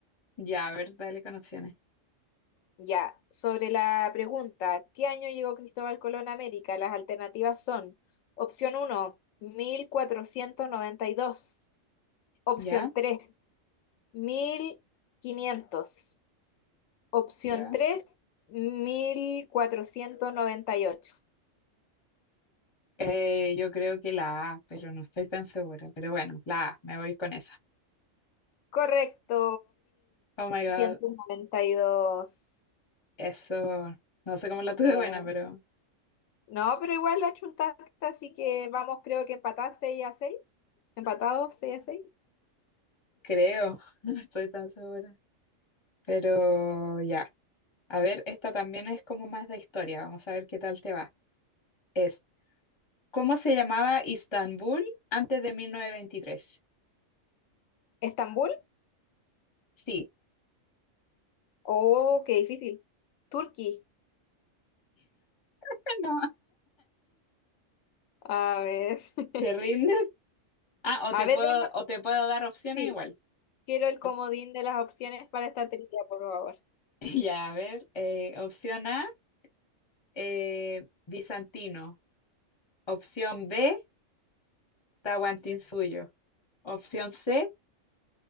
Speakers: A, on the left (about 25°); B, on the left (about 80°).
A: Ya, a ver, dale con opciones.
B: Ya, sobre la pregunta, ¿qué año llegó Cristóbal Colón a América? Las alternativas son opción uno, 1492; opción
A: ¿Ya?
B: tres, mil quinientos; opción
A: ¿Ya?
B: tres, mil cuatrocientos noventa y ocho.
A: Eh, yo creo que la A, pero no estoy tan segura. Pero bueno, la A, me voy con esa.
B: Correcto,
A: Oh my God,
B: 1492.
A: eso, no sé cómo la tuve
B: Bien.
A: buena, pero
B: No, pero igual la chuntaste, así que vamos, creo que empatadas 6 a 6, empatados 6 a 6.
A: creo, <laughs> no estoy tan segura. Pero ya, a ver, esta también es como más de historia, vamos a ver qué tal te va. Es, ¿cómo se llamaba Istanbul antes de 1923?
B: ¿Estambul?
A: Sí,
B: Oh, qué difícil. Turquí.
A: <laughs> no,
B: A ver. <laughs>
A: ¿te rindes? Ah, o
B: A
A: te
B: ver,
A: puedo,
B: dame-
A: o te puedo dar opciones
B: sí.
A: igual.
B: Quiero el comodín
A: Op-
B: de las opciones para esta trivia, por favor.
A: <laughs> ya, a ver, eh, opción A, eh, bizantino. Opción B, Tahuantinsuyo. Opción C,